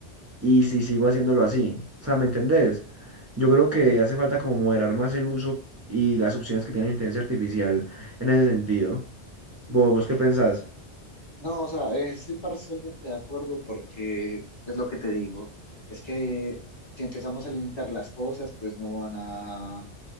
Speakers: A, on the right (about 20°); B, on the left (about 25°).
A: y si sigo haciéndolo así, o sea, ¿me entendés? Yo creo que hace falta como moderar más el uso y las opciones que tiene la inteligencia artificial en ese sentido. ¿Vos, vos qué pensás?
B: No, o sea, eh, estoy parcialmente de acuerdo porque es lo que te digo, es que si empezamos a limitar las cosas, pues no van a